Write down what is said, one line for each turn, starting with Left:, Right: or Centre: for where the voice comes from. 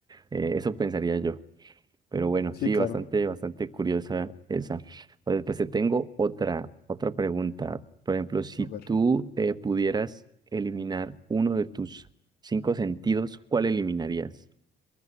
Right: Eh, eso pensaría yo. Pero bueno,
Left: sí,
Right: sí,
Left: claro.
Right: bastante, bastante curiosa esa. O Después te tengo otra, otra pregunta. Por ejemplo, si
Left: A ver.
Right: tú eh, pudieras eliminar uno de tus cinco sentidos, ¿cuál eliminarías?